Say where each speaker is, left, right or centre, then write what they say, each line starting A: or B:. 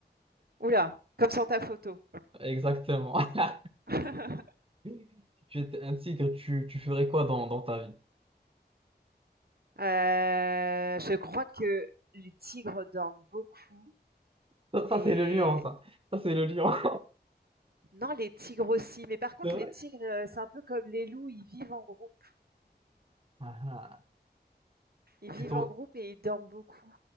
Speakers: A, on the right; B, on the right.
A: Oula, comme sur ta photo.
B: <laughs> exactement. <laughs>
A: <laughs>
B: Si tu étais un tigre, tu, tu ferais quoi dans, dans ta vie?
A: Euh, je crois que les tigres dorment beaucoup
B: Ça, ça,
A: et
B: c'est le lion, ça. Ça, c'est le lion. <laughs>
A: non, les tigres aussi. Mais par contre,
B: C'est vrai.
A: les tigres, euh, c'est un peu comme les loups, ils vivent en groupe.
B: Ah, ah.
A: Ils vivent
B: Et toi,
A: en groupe et ils dorment beaucoup.